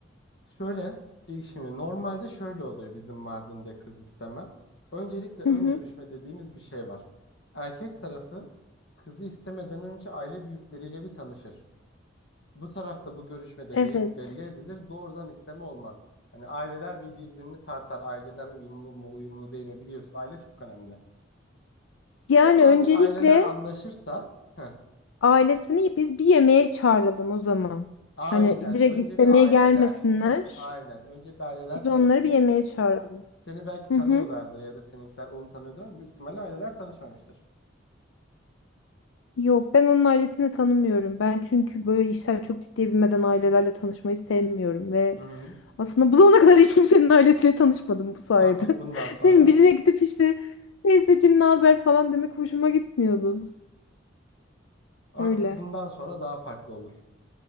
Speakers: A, on the left; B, on the left.
A: Şöyle, ilk şimdi normalde şöyle oluyor bizim Mardin'de kız isteme. Öncelikle ön
B: Hı hı.
A: görüşme dediğimiz bir şey var. Erkek tarafı kızı istemeden önce aile büyükleriyle bir tanışır. Bu tarafta bu görüşmede
B: Evet.
A: niyet belli edilir. Doğrudan isteme olmaz. Hani aileler bir birbirini tartar. Aileler uyumlu mu, uyumlu değil mi biliyorsun. Aile çok önemli.
B: Yani
A: Sonra
B: öncelikle
A: hani aileler anlaşırsa heh,
B: Ailesini biz bir yemeğe çağıralım o zaman.
A: Aynen.
B: Hani direkt
A: Önce
B: istemeye
A: bir aileler.
B: gelmesinler.
A: Heh, aynen. Önce bir aileler
B: Biz
A: tanısın.
B: onları bir yemeğe çağıralım.
A: Seni belki tanıyorlardır
B: hı hı.
A: ya da seninkiler onu tanıyordur ama büyük ihtimalle aileler tanışmamıştır.
B: Yok ben onun ailesini tanımıyorum. Ben çünkü böyle işler çok ciddiye binmeden ailelerle tanışmayı sevmiyorum ve
A: Hı hı.
B: aslında bu zamana kadar hiç kimsenin ailesiyle tanışmadım bu sayede.
A: Artık bundan
B: <laughs>
A: sonra
B: Değil mi? Birine gidip işte teyzeciğim ne haber falan demek hoşuma gitmiyordu.
A: artık
B: Öyle.
A: bundan sonra daha farklı olur.